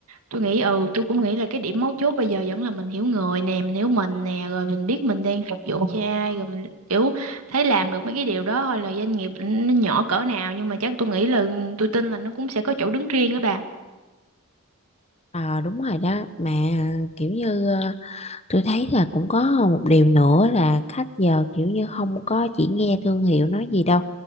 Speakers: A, on the right; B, on the left.
A: Tôi nghĩ ừ tôi cũng nghĩ là cái điểm mấu chốt bây giờ vẫn là mình hiểu người nè mình hiểu mình nè rồi mình biết mình đang phục vụ cho ai rồi mình kiểu thấy làm được mấy cái điều đó thôi là doanh nghiệp nó nhỏ cỡ nào nhưng mà chắc tôi nghĩ là tôi tin là nó cũng sẽ có chỗ đứng riêng á bà
B: ờ, đúng rồi đó mà kiểu như ờ, tôi thấy là cũng có một điều nữa là khách giờ kiểu như không có chỉ nghe thương hiệu nói gì đâu